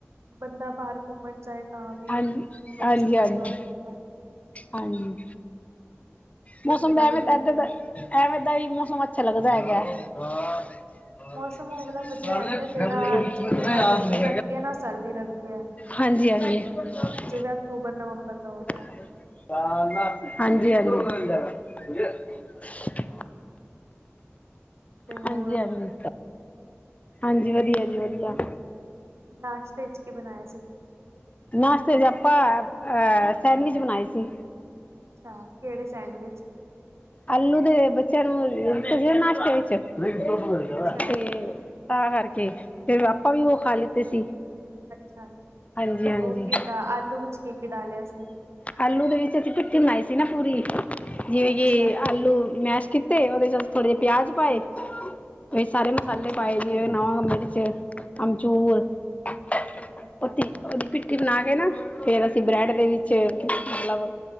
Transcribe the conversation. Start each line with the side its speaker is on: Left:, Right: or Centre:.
Right: ਬੰਦਾ ਬਾਹਰ ਘੁੰਮਣ ਜਾਏ ਤਾਂ ਵੀ,
Left: ਹਾਂਜੀ, ਹਾਂਜੀ,
Right: ਮੁਸੀਬਤ
Left: ਹਾਂਜੀ,
Right: ਹੀ ਆਉਂਦੀ ਰੇ।
Left: ਹਾਂਜੀ। ਮੌਸਮ
Right: ਇਕਦਮ
Left: ਦਾ ਐਵੇਂ
Right: ਹੀ ਗਰਮੀ
Left: ਏਦਾਂ ਦਾ ਐਵੇਂ ਦਾ ਹੀ ਮੌਸਮ ਅੱਛਾ ਲੱਗਦਾ ਹੈਗਾ। <unintelligible>
Right: ਮੌਸਮ ਉਹ ਵਾਲਾ ਵਧੀਆ ਰਹਿੰਦਾ ਜਿਹੜਾ ਜਿੱਥੇ ਨਾ ਗਰਮੀ ਲੱਗਦੀ ਹੈ ਨਾ ਸਰਦੀ ਲੱਗਦੀ ਹੈ
Left: ਹਾਂਜੀ-ਹਾਂਜੀ <unintelligible>
Right: ਜਿਵੇਂ ਅਕਤੂਬਰ ਨਵੰਬਰ ਦਾ ਹੋ ਗਿਆ।
Left: <unintelligible> ਹਾਂਜੀ-ਹਾਂਜੀ <unintelligible>
Right: ਤੇ ਹੋਰ
Left: ਹਾਂਜੀ-ਹਾਂਜੀ, ਹਾਂਜੀ ਵਧੀਆ ਜੀ ਵਧੀਆ।
Right: ਨਾਸਤੇ 'ਚ' ਕੀ ਬਣਾਇਆ ਸੀ ਤੁਸੀਂ?
Left: ਨਾਸ਼ਤੇ 'ਚ' ਆਪਾਂ ਅ ਸੈਂਡਵਿਚ ਬਣਾਏ ਸੀ।
Right: ਅੱਛਾ, ਕਿਹੜੇ ਸੈਂਡਵਿਚ
Left: ਆਲੂ ਦੇ ਬੱਚਿਆਂ ਨੂੰ ਨਾਸ਼ਤੇ ਵਿੱਚ <unintelligible>
Right: ਅੱਛਾ
Left: ਤੇ ਤਾਂ ਕਰਕੇ, ਫਿਰ ਆਪਾ ਵੀ ਉਹ ਖਾ ਲਿੱਤੇ ਸੀ।
Right: ਅੱਛਾ-ਅੱਛਾ
Left: ਹਾਂਜੀ ਹਾਂਜੀ
Right: <inaudible> ਓਕੇ ਤਾਂ ਆਲੂ ਵਿੱਚ ਕੀ-ਕੀ ਡਾਲਿਆ ਸੀ?
Left: ਆਲੂ ਦੇ ਵਿੱਚ ਅਸੀਂ ਭਿੱਟੀ ਬਣਾਈ ਸੀ ਨਾ ਪੂਰੀ ਜੇ-ਜੇ,
Right: ਅੱਛਾ
Left: ਆਲੂ, ਮੈਸ਼ ਕੀਤੇ ਉਹਦੇ 'ਚ' ਅਸੀਂ ਥੋੜੇ ਜਿਹੇ ਪਿਆਜ ਪਾਏ ਵਿੱਚ ਸਾਰੇ ਮਸਾਲੇ
Right: ਅੱਛਾ
Left: ਪਾਏ ਜੀ ਨੂਨ, ਮਿਰਚ ਅਮਚੂਰ <unintelligible>
Right: ਅੱਛਾ ਅੱਛਾ
Left: ਭਿੱਟੀ ਬਣਾ ਕੇ ਨਾ, ਫ਼ੇਰ ਅਸੀਂ ਬ੍ਰੈਡ ਦੇ ਵਿੱਚ ਸੇਕ, ਮਤਲਬ